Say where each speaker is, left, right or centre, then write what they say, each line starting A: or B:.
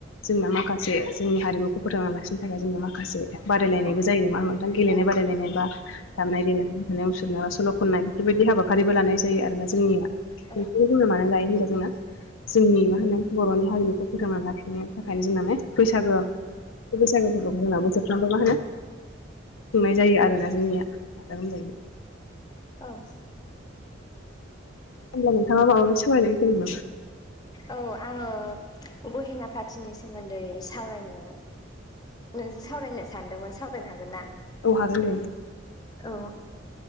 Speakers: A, on the left; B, on the left.
A: जोंना माखासे जोंनि हारिमुखौ फोथांना लाखिनो थाखाय जोंना माखासे बादायलायनायबो जायो नङा नोंथां। गेलेनाय बाददि <unintelligible> दामनाय- देनाय मोसानाय, मुसुरनाया सल' खननाय बेफोरबायदि हाबाफारिबो लानाय जायो आरोना जोंनिया।
B: औ
A: बेखौनो बुंनो मानो लायो होनबा जोंना जोंनि मा होनो बर'नि हारिमुखौ फोथांना लाखिनायनि थाखायनो जोंना म बैसागो बैसागु फोरफोरखौ जोंना बोसोरफ्रोमबो म होनो सोंनाय जायो आरोना जोंनिया गादा गोमजायै।
B: औ
A: होमब्ला नोंथाङा माबा मोनदि सोलायनाय हो फैदोंमोन?
B: औ आङो गहेना पा्थिनि सोमोन्दै सावरायनो नोंजों सावरायनो सानदोंमोन सावरायनो हागोन ना?
A: औ हागोन देनो।
B: औ